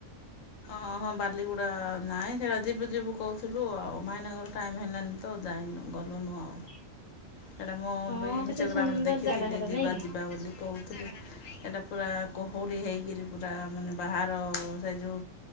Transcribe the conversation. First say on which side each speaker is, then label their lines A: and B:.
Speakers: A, on the left; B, on the left.
A: ହଁ ହଁ ବାଲିଗୁଡ଼ା ନାହିଁ ଯିବା ଯିବୁ ଯିବୁ କହୁଥିଲୁ ଆଉ ଭାଇନାଙ୍କର ଟାଇମ୍ ହେଲାନି ତ ଯାଇନୁ। ଗଲୁନୁ ଆ।
B: <inaudible>
A: ସେଇଟା ମୁଁ
B: ହଁ
A: ବି ଇନଷ୍ଟାଗ୍ରାମରେ
B: କେତେ ସୁନ୍ଦର
A: ଦେଖିଥିଲି
B: ଜାଗା ସେଟା
A: ଯିବା
B: ନାଇଁ କି
A: ଯିବା ବୋଲି କହୁଥିଲି ସେଇଟା ପୁରା କୋହୁଡ଼ି ହେଇକରି ପୁରା ମାନେ ବାହାର ସେ ଯେଉଁ